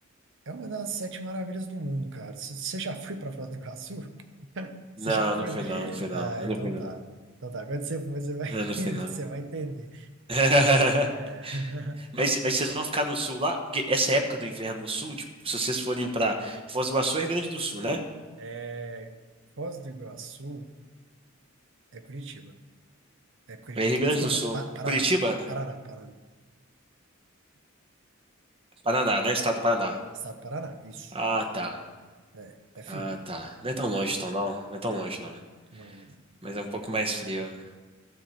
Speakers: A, on the right; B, on the right.
A: É uma das sete maravilhas do mundo, cara. C- Você já foi para Foz do Iguaçu? <laughs> Você
B: Não,
A: já foi?
B: no final,
A: lá?
B: no final.
A: Ah,
B: No
A: então
B: final,
A: tá.
B: não.
A: Então tá. Quando você for, você vai
B: É
A: <laughs>
B: no
A: entender.
B: final.
A: Você vai entender.
B: <laughs>
A: É,
B: Mas, mas vocês vão ficar no sul lá? Porque essa época do inverno no sul, tipo, se vocês forem pra Foz do Iguaçu, é Rio Grande do Sul, né?
A: <laughs> é, Foz do Iguaçu é Curitiba. É Curitiba.
B: É Rio Grande
A: Desculpa,
B: do Sul.
A: Pa- Paraná.
B: Curitiba,
A: Paraná, Paraná.
B: Paraná, né? Estado do Paraná.
A: Estado do Paraná, isso.
B: Ah, tá.
A: É, é frio.
B: Ah, tá. Não é tão longe, então, não. Não é tão longe, não.
A: Não, não.
B: Mas é um pouco mais frio.